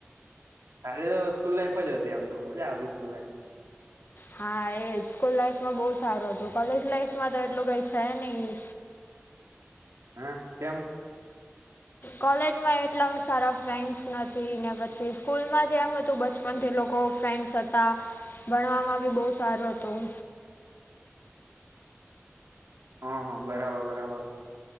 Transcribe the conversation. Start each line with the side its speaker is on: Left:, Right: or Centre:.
Right: સારું તો સ્કૂલ લાઈફ જ હતી આમ તો મજા આવતી સ્કૂલ લાઈફ.
Left: હા એ જ સ્કૂલ લાઈફમાં બહુ સારું હતું કોલેજ લાઈફમાં તો એટલું કઈ છે નહીં.
Right: હા કેમ.
Left: કોલેજમાં એટલા સારા ફ્રેન્ડસ નથી ને પછી સ્કૂલમાં જેમ હતું બસ. પણ તે લોકો ફ્રેન્ડસ હતા ભણવામાં બી બહુ સારું હતું.
Right: હા હા બરાબર બરાબર.